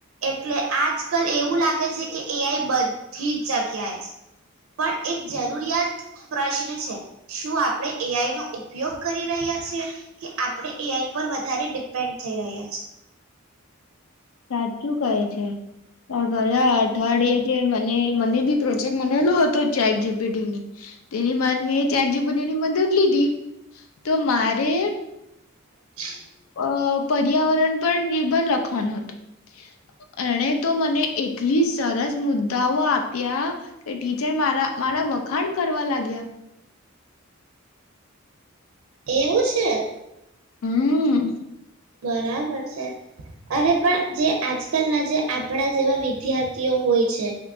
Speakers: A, on the right; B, on the left.
A: એટલે આજ કલ એવું લાગે છે કે એઆઈ બધી જ જગ્યાએ છે પણ એક જરૂરિયાત પ્રશ્ન છે શું આપણે એઆઈ નો ઉપયોગ કરી રહ્યા છે કે આપણે એ આઈ ઉપ વધારે ડિપેન્ડ થઈ રહ્યા છે. <inaudible>
B: સાચું કહે છે. આ ઘર અઠવાડિે જે અને મને બી પ્રોજેક્ટ બનેલો હતો. ચાર જી પી ટીની તેની મે ચાર જી પપી ટી ની મદદ લીધી તો મારે
A: <inaudible>
B: અ પર્યાવરણ પર નિર્ભર લખવાનો હત હતો. <unintelligible> અને તો મને એટલી સરસ મુદ્દાઓ આપ્યા, કે ટીચર મારા મારા વખાણ કરવા લાગ્યા.
A: એવું છે.
B: હમ.
A: બરાબર છે, અરે પણ જે આજકાલના જે આપણા જેવા વિદ્યાર્થીઓ હોય છે.